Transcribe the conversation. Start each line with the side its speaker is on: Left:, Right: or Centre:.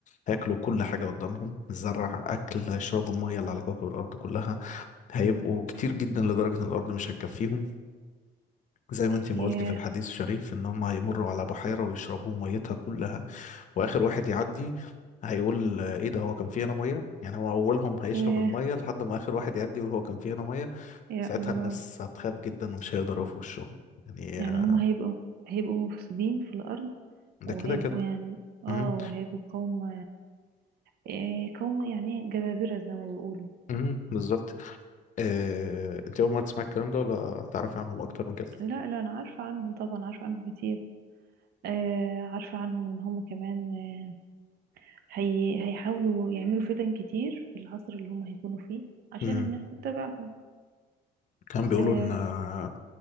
Left: هياكلوا كل حاجة قدامهم الزرع أكل يشربوا المية اللي على كوكب الأرض كلها هيبقوا كتير جدا لدرجة إن الأرض مش هتكفيهم زي ما أنتي ما
Right: ياه
Left: قلتي في الحديث الشريف إن هم هيمروا على بحيرة ويشربوا ميتها كلها وآخر واحد يعدي هيقول آه، إيه ده هو كان في هنا مية يعني هو أولهم هيشرب
Right: ياه
Left: المية لحد ما آخر واحد يعدي يقول هو كان في هنا مية
Right: يا
Left: ساعتها
Right: الله
Left: الناس هتخاف جدا ومش هيقدروا في وشهم يعني
Right: يعني
Left: آه،
Right: هم هيبقوا هيبقوا مفسدين في الأرض
Left: ده
Right: وهيبقوا
Left: كده كده
Right: يعني اه
Left: مم.
Right: وهيبقوا قوم إيه قوم يعني جبابرة زي ما بيقولوا
Left: مم. بالظبط آه، انت اول مره تسمعي الكلام ده ولا تعرفي عنهم اكتر من كده
Right: لا لا أنا عارفة عنهم طبعا عارفة عنهم كتير آه عارفة عنهم ان هم كمان آه هي هيحاولوا يعملوا فتن كتير في العصر اللي هم هيكونوا فيه عشان
Left: مم.
Right: الناس تتبعهم
Left: كان بيقولوا
Right: آه
Left: ان آه،